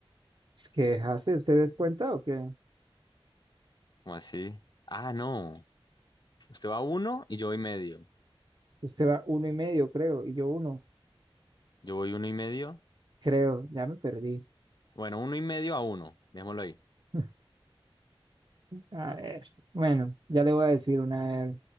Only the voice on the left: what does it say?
¿Cómo así? Ah, no. Usted va a 1 y yo voy medio.
Yo voy uno y medio.
Bueno, uno y medio a uno. Dejémoslo ahí.